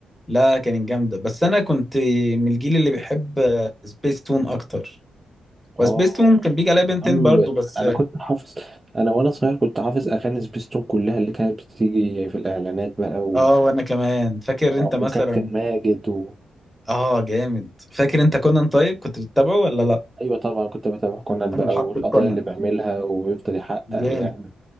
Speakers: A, in the centre; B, on the right.
A: لا كانت جامده بس انا كنت من الجيل اللي بيحب سبيس تون اكتر
B: اه
A: وسبيس تون كان بيجي عليا بنتين
B: يا عم
A: برضو بس
B: انا كنت حافظ انا وانا صغير كنت حافظ اغاني سبيستون كلها اللي كانت بتيجي في الاعلانات بقى و...
A: اه وانا كمان فاكر
B: آه،
A: انت مثلا
B: وكابتن ماجد و...
A: اه جامد فاكر انت كونان طيب كنت بتتابعه ولا لا
B: ايوه طبعا كنت بتابع كونان
A: انا
B: بقى
A: محقق
B: والقضايا
A: كونان
B: اللي بيعملها ويفضل يحقق
A: جامد
B: ويعمل